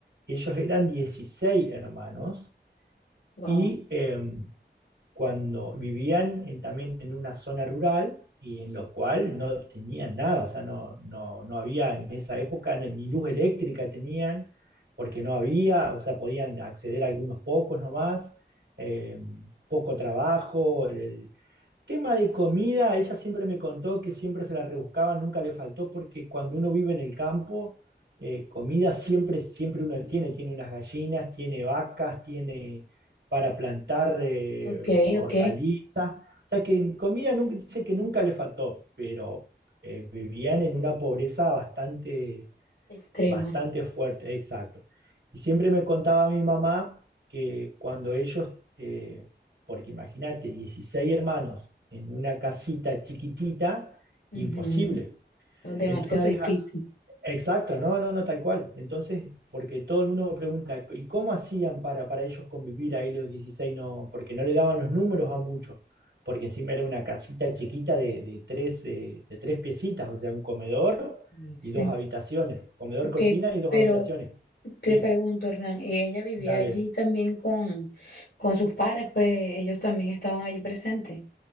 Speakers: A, on the right; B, on the left.
A: ellos eran 16 hermanos
B: wow,
A: y eh, cuando vivían en- también en una zona rural y en lo cual no tenían nada, o sea, no, no, no había en esa época no- ni luz eléctrica tenían, porque no había, o sea, podían acceder a algunos pocos nomás, eh, poco trabajo, Tema de comida, ella siempre me contó que siempre se la rebuscaba, nunca le faltó, porque cuando uno vive en el campo, eh, comida siempre, siempre uno tiene, tiene unas gallinas, tiene vacas, tiene para plantar eh,
B: ok,
A: hortalizas,
B: ok,
A: o sea que en comida nunca, dice que nunca le faltó, pero eh, vivían en una pobreza bastante
B: extrema,
A: bastante fuerte, exacto. Y siempre me contaba mi mamá que cuando ellos, eh, porque imagínate, 16 hermanos en una casita chiquitita,
B: ujú,
A: imposible.
B: o demasiado
A: Entonces,
B: difícil.
A: a- Exacto, no, no, no, tal cual. Entonces, porque todo el mundo me pregunta, ¿y cómo hacían para, para ellos convivir ahí los dieciséis No, porque no le daban los números a muchos, porque encima era una casita chiquita de, de tres, eh, de tres piecitas, o sea, un comedor
B: Y sí.
A: y dos habitaciones, comedor,
B: Ok,
A: cocina y dos
B: pero
A: habitaciones. Sí,
B: te pregunto, Hernán, ¿y ella vivía
A: dale.
B: allí también con, con sus padres, pues ellos también estaban allí presentes.